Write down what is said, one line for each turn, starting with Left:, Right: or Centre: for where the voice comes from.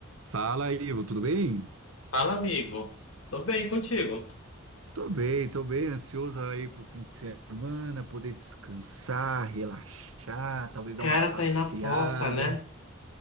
Right: Fala, aí, Ivo, tudo bem?
Left: Fala, amigo. Tô bem contigo.
Right: Tô bem, tô bem, ansioso aí pro fim de semana, poder descansar, relaxar, talvez dar
Left: Cara,
Right: uma passeada.
Left: tá aí na porta, né?